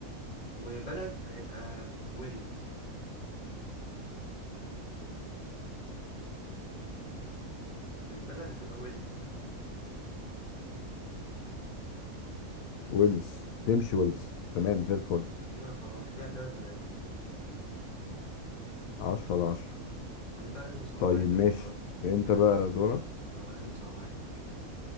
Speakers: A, on the left; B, on the left.
A: وبلد هيبقى ويلز البلد هتبقى ويلز
B: ويلز تمشي ويلز تمام زي الفل
A: كده خلاص كده تلاتة تلاتة
B: 10 على 10
A: انا بقى لازم اصعب
B: طيب
A: عليك
B: ماشي
A: المرة دي
B: انت
A: لازم
B: بقى
A: اصعب
B: دورك
A: اه لازم اصعب عليك